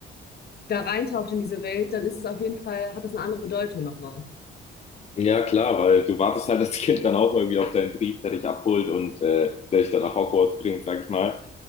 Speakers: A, on the left; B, on the left.
A: da reintaucht in diese Welt, dann ist es auf jeden Fall, hat das eine andere Bedeutung nochmal.
B: Ja, klar, weil du wartest halt als Kind dann auch irgendwie auf deinen Brief, der dich abholt und äh, der dich dann nach Hogwarts bringt, sag ich mal.